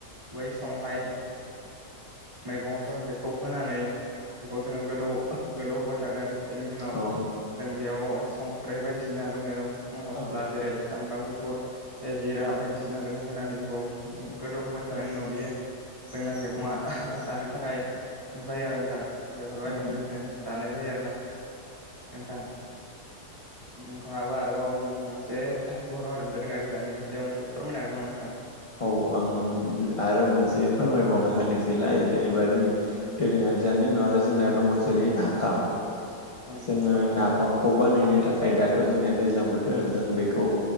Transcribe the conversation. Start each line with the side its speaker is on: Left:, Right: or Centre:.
Right: बै संनाय मैगङाव जों बेखौ होनानै बेखौ जोङो गोदौ गोदौ होबाय थागोन। बेनि उनाव
Left: औ
Right: जों बेयाव संख्रै बायदिसिना जोङो मस्ला
Left: औ
Right: जेरै सामब्राम गुफ फुर जिरा
Left: नंगौ
Right: बायदिसिना जों होनानै बेखौ गोदौहाय थानायनि उनाव बियो जोंना मैगङा
Left: औ नंगौ
Right: <unintelligible> जानो थाखाय जायो आरो नोंथां। बेफोर बायदिनो
Left: औ
Right: जोङो जानाय जायो आरोना नोंथां।
Left: <inaudible>
Right: नोंथाङाबो आरोबाव मोनसे बर' हारि दोरोङारि जानायनि सायाव मोनसे फोरमायनो हागोन नामा नोंथां?
Left: औ आं आरो मोनसे फोरमाय बावना होनोसै लाय जेनेबा जोंनि दोरोङारि जानदों आरो जोंना दङ जेरै नाफाम जोङो
Right: नोंथां नंगौ
Left: नाफामखौ बानायनो थाखाय दाथ जोंनिया दैज्लां बोथोर जों बेखौ